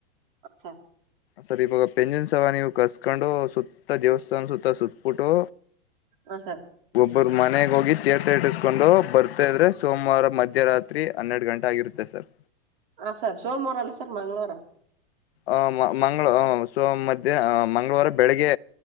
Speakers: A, on the right; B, on the left.
A: ಅಸ.
B: ಸರ್ ಇವಾಗ ಪೆಂಜಿನ್ ಸವ ನೀವ್ ಕಸ್ಕಂಡು ಸುತ್ತ ದೇವಸ್ಥಾನ ಸುತ್ತ ಸುತ್ಬುಟು.
A: ಹ ಸರ್.
B: ಒಬ್ರು ಮನೆಗ್ ಹೋಗಿ ತೆರ್ಥ ಇಡುಸ್ಕೊಂಡು ಬರ್ತಾ ಇದ್ರೆ ಸೋಮ್ವಾರ ಮಧ್ಯರಾತ್ರಿ ಹನ್ನೆರ್ಡ್ ಗಂಟೆ ಆಗಿರುತ್ತೆ ಸರ್.
A: ಹ ಸರ್ ಸೋಮ್ವಾರ ಅಲ್ಲ ಸರ್ ಮಂಗ್ಳವಾರ.
B: ಆಮ್ ಮ ಮಂಗ್ಳ್ ಒ ಸೋಮ್ ಮಧ್ಯೆ ಮಂಗ್ಳವಾರ ಬೆಳಗ್ಗೆ